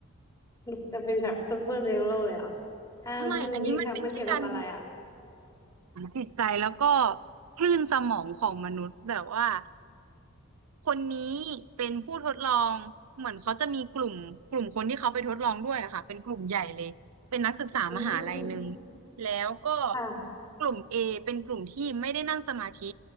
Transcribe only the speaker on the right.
ไม่อันนี้มันเป็นแค่การ
จิตใจแล้วก็คลื่นสมองของมนุษย์แบบว่า คนนี้เป็นผู้ทดลองเหมือนเขาจะมีกลุ่มกลุ่มคนที่เขาไปทดลองด้วยอะค่ะเป็นกลุ่มใหญ่เลยเป็นนักศึกษามหาลัยหนึ่ง
แล้วก็
กลุ่ม A เป็นกลุ่มที่ไม่ได้นั่งสมาธิ